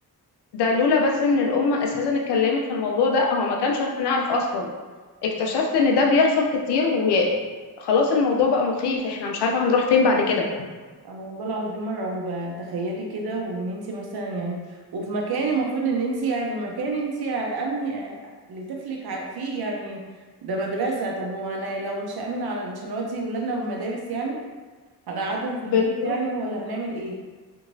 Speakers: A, on the left; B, on the right.
A: ده لولا بس ان الامه اساسا اتكلمت في الموضوع ده هو ما كانش هنعرف اصلا اكتشفت ان ده بيحصل كتير وخلاص الموضوع بقى مخيف احنا مش عارفة هنروح فين بعد كده
B: انا والله العظيم مرعوبه تخيلي كده وان انت مثلا يعني وفي مكان المفروض ان انت يعني مكان انت هتامني آه، لطفلك ع- فيه يعني ده مدرسه طب هو انا لو مش هامن على- مش هنودي ولادنا المدارس يعني هنقعدهم في
A: بالظبط
B: البيت يعني ولا هنعمل ايه